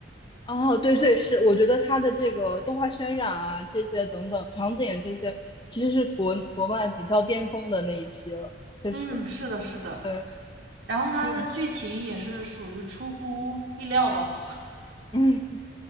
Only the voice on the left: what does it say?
哦，对对是，我觉得它的这个动画渲染啊，这些等等场景这些，其实是国国漫比较巅峰的那一批了，确实，
对，
嗯嗯。<laughs>